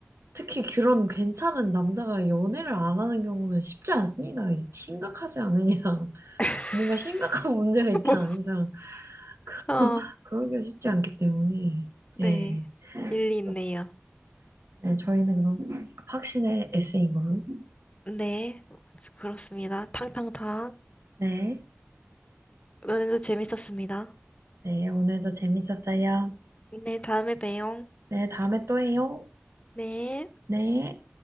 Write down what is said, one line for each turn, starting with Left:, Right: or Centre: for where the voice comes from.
Right: 특히 그런 괜찮은 남자가 연애를 안 하는 경우는 쉽지 않습니다. 이 심각하지 않은 이상, <laughs>
Left: <laughs>
Right: 뭔가 심각한 문제가 있지
Left: 뭐,
Right: 않은 이상,
Left: 어,
Right: <laughs> 그러기가 쉽지 않기 때문에.
Left: 네.
Right: 네.
Left: 일리
Right: 그렇습니다.
Left: 있네요.
Right: 네, 저희는 그럼 확신의 에세이인 걸로.
Left: 네. 뭐, 그렇습니다. 탕탕탕.
Right: 네.
Left: 오늘도 재밌었습니다.
Right: 네, 오늘도 재밌었어요.
Left: 네, 다음에 봬요.
Right: 네, 다음에 또 해요.
Left: 네.
Right: 네.